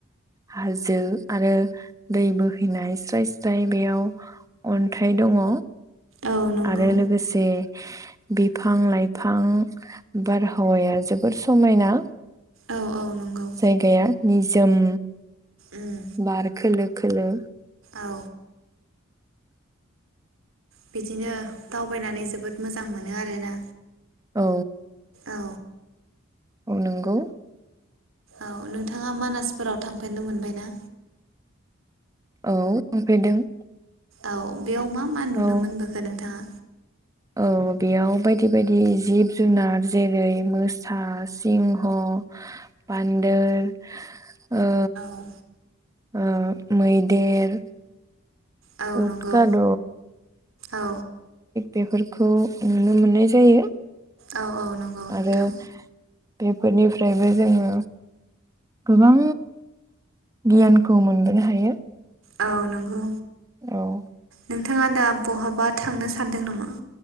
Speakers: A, on the right; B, on the right.
A: हाजो आरो दै बोहैनाय स्राय स्राय बेयाव अन्थाइ दङ।
B: औ नंगौ
A: आरो लोगोसे बिफां लाइफां बारहावाया जोबोर समायना।
B: औ औ नंगौ
A: जायगाया निजोम।
B: उम
A: बार खोलो खोलो।
B: औ बिदिनो दावबायनानै जोबोद मोजां मोनो आरोना।
A: औ।
B: औ
A: औ नोंगौ।
B: औ नोंथाङा मानासफोराव थांफेरनो मोनबाय ना?
A: औ थांफेरदों।
B: औ बेयाव मा मा नुनो
A: औ
B: मोनबोखो नोंथाङा?
A: औ बेयाव बायदि बायदि जिब जुनार जेरै मोसा सिंह' बान्दोर ओ
B: औ
A: ओ मैदेर।
B: औ
A: उदगाद'
B: नंगौ औ
A: बेफोरखौ नुनो मोननाय जायो।
B: औ औ नंगौ नोंथां
A: आरो बेफोरनिफ्रायबो जोङो गोबां गियानखौ मोनबोनो हायो।
B: औ नंगौ।
A: औ
B: नोंथाङा दा बहाबा थांनो सानदों नामा?